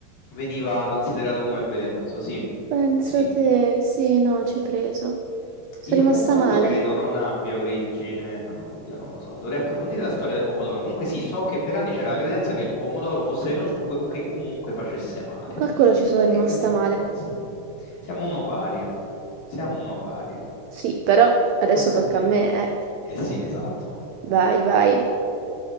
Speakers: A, on the left (about 80°); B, on the right (about 85°).
A: veniva considerato come velenoso, sì.
B: Pensa
A: Sì.
B: te, sì, no, ci hai preso. Sono
A: Il
B: rimasta
A: pomodoro
B: male.
A: credo non abbia origine, oddio, non lo so, dovrei approfondire la storia del pomodoro. Comunque sì, so che per anni c'era la credenza che il pomodoro fosse velenoso o que- o che comunque facesse male.
B: Calcolo ci sono rimasta
A: E questa
B: male.
A: l'ho presa. Siamo uno pari. Siamo uno pari.
B: Sì, però adesso
A: Tocca
B: tocca
A: a te.
B: a me, eh.
A: Eh sì, esatto.
B: Vai, vai.